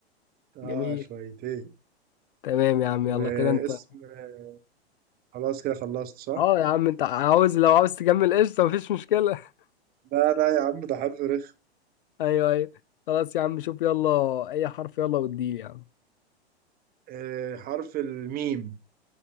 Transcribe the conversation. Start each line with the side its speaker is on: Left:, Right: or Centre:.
Left: جميل
Right: اه شويتين
Left: تمام يا عم
Right: واسم
Left: يلا كده انت
Right: آه، خلاص كده خلصت صح؟
Left: اه يا عم انت عاوز لو عاوز تكمل قشطه مفيش مشكله <laughs>
Right: لا لا يا عم ده حرف رخم
Left: ايوه ايوه خلاص يا عم شوف يلا اي حرف يلا واديلي يا عم
Right: آه حرف الميم